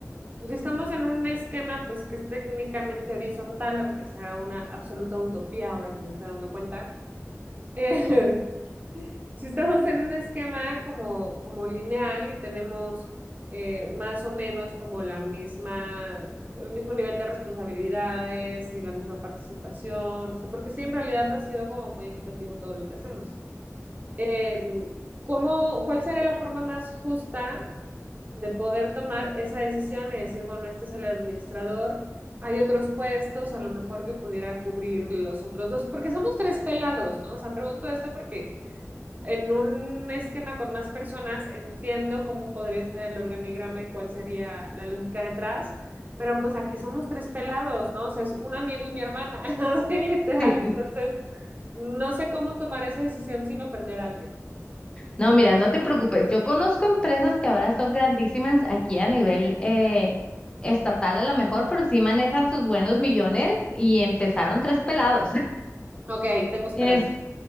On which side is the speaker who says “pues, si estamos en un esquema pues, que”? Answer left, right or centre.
Right